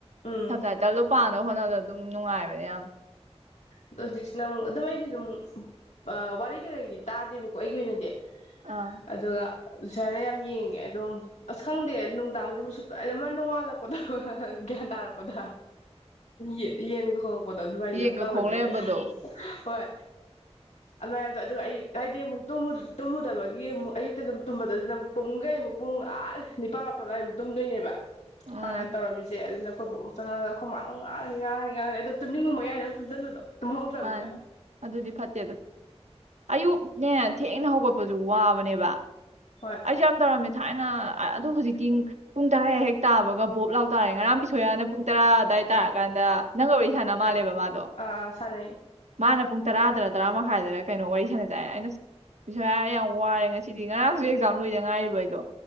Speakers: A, on the left (about 80°); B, on the right (about 85°).
A: ꯎꯝ
B: ꯁꯞꯇꯥꯏꯇꯜꯗꯣ ꯄꯥꯅꯕ ꯍꯣꯠꯅꯕꯗ ꯑꯗꯨꯝ ꯅꯨꯡꯉꯥꯏ ꯐꯅꯌꯥꯝ
A: ꯑꯗꯣ ꯍꯧꯖꯤꯛꯁꯤꯅ ꯑꯃꯨꯛ ꯑꯗꯣ ꯑꯩꯗꯤ ꯑꯗꯨꯝ ꯑꯥ ꯋꯥꯔꯤ ꯀꯩꯀꯩꯗꯤ ꯇꯥꯗꯦꯕꯀꯣ ꯑꯩꯒꯤ ꯑꯣꯏꯅꯗꯤ
B: ꯑꯥ
A: ꯑꯗꯨꯒ ꯁꯥꯏꯅ ꯌꯥꯝ ꯌꯦꯡꯉꯦ ꯑꯗꯨꯝ ꯑꯁ ꯈꯪꯗꯦ ꯅꯨꯡꯗꯥꯡꯁꯦ ꯁꯨꯛ ꯀꯥ ꯑꯃ ꯅꯣꯡꯉꯥꯜꯂꯛꯄꯗꯣ ꯒ꯭ꯌꯥꯟ ꯇꯥꯔꯛꯄꯗ ꯌꯦ ꯌꯦꯟ ꯈꯣꯡꯉꯛꯄꯗꯣ ꯑꯗꯨꯃꯥꯏꯅ
B: ꯌꯦꯡꯒ
A: ꯑꯗꯨꯝ ꯑꯣꯏꯕ
B: ꯈꯣꯡ ꯂꯩꯔꯝꯕꯗꯣ
A: ꯑꯩꯁꯦ <inaudible> ꯍꯣꯏ ꯑꯗꯨꯃꯥꯏꯅ ꯇꯧ ꯑꯗꯨꯒ ꯑꯩ ꯍꯥꯏꯗꯤ ꯃꯨꯛ ꯇꯨꯝꯃꯨꯗꯕꯒꯤ ꯃꯨꯛ ꯑꯌꯨꯛꯇ ꯑꯗꯨꯝ ꯇꯨꯝꯕꯗꯣ ꯑꯗꯨꯅ ꯑꯃꯨꯛ ꯄꯨꯝꯒꯩ ꯑꯃꯨꯛ ꯄꯨꯡ ꯑꯥ ꯅꯤꯄꯥꯜ ꯃꯥꯄꯜ ꯑꯗ꯭ꯋꯥꯏ ꯑꯃꯨꯛ ꯇꯨꯝꯗꯣꯏꯅꯦꯕ
B: ꯎꯝ
A: ꯍꯥꯟꯅ ꯌꯥꯝ ꯇꯧꯔꯝꯃꯤꯁꯦ ꯑꯗꯨ ꯑꯩꯈꯣꯏꯕꯣꯛꯅ ꯆꯪꯉꯛꯑꯒ ꯈꯣꯏ ꯃꯥꯅ ꯑꯃꯨꯛ ꯉꯥꯡꯉꯅꯤ ꯉꯥꯡꯉꯅꯤ ꯉꯥꯡꯉꯅꯤ ꯑꯗꯨꯝ ꯇꯨꯝꯅꯤꯡꯕꯩ ꯃꯌꯥꯏꯅ ꯗꯨꯝ ꯇꯨꯝꯖꯟꯕꯗꯣ ꯇꯨꯝꯍꯧꯗ꯭ꯔꯝꯅꯤꯅ
B: ꯃꯥꯅꯦ ꯑꯗꯨꯗꯤ ꯐꯠꯇꯦꯗ ꯑꯌꯨꯛꯅꯦ ꯊꯦꯡꯅ ꯍꯧꯒ ꯋꯥꯕꯅꯦꯕ
A: ꯍꯣꯏ
B: ꯑꯩꯖꯨ ꯌꯥꯝ ꯇꯧꯔꯝꯃꯦ ꯊꯥꯏ ꯉ ꯑꯗꯣ ꯍꯧꯖꯤꯛꯇꯤ ꯄꯨꯡ ꯇꯔꯥ ꯍꯦꯛ ꯇꯥꯕꯒ ꯚꯣꯞ ꯂꯥꯎ ꯇꯥꯔꯦ ꯉꯔꯥꯡ ꯕꯤꯁꯣꯌꯥꯅ ꯄꯨꯡ ꯇꯔꯥ ꯑꯗꯥꯢ ꯇꯥꯔꯀꯥꯟꯗ ꯅꯪꯒ ꯋꯥꯔꯤ ꯁꯥꯟꯅ ꯃꯥꯜꯂꯦꯕ ꯃꯥꯗꯣ
A: ꯑꯥ ꯁꯥꯅꯩ
B: ꯃꯥꯅ ꯄꯨꯡ ꯇꯔꯥꯗꯔ ꯇꯔꯥ ꯃꯈꯥꯏꯗꯔ ꯀꯩꯅꯣ ꯋꯥꯔꯤ ꯁꯥꯟꯅꯁꯦ ꯍꯥꯏꯔꯦ ꯑꯩꯅ ꯚꯤꯁꯣꯌꯥ ꯑꯩ ꯌꯥꯝ ꯋꯥꯔꯦ ꯉꯁꯤꯗꯤ ꯉꯔꯥꯡꯁꯨ ꯑꯦꯛꯖꯥꯝ ꯂꯣꯏꯗ ꯉꯥꯏꯔꯤꯕ ꯑꯩꯗꯣ